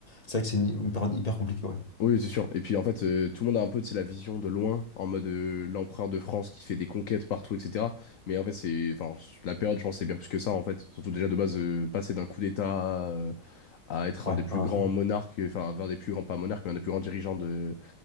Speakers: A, on the left (about 20°); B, on the left (about 55°).
A: C'est vrai que c'est une, une période hyper compliquée, ouais.
B: Oui, c'est sûr. Et puis en fait, euh, tout le monde a un peu, tu sais, la vision de loin, en mode euh, l'empereur de France qui fait des conquêtes partout, etc. Mais en fait, c'est, enfin, la période, je pense, c'est bien plus que ça, en fait. Surtout déjà de base, euh, passer d'un coup d'État. euh, à être
A: Ouais,
B: un des plus
A: hein,
B: grands monarques, enfin, un des plus grands, pas monarques, mais un des plus grands dirigeants de,